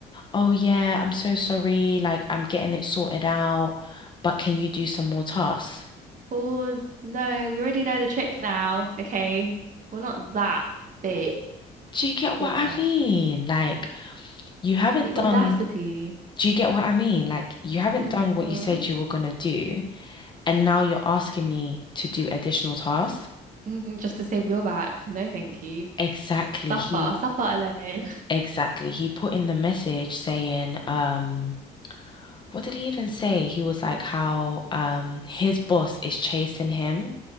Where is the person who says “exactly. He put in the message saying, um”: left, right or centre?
Left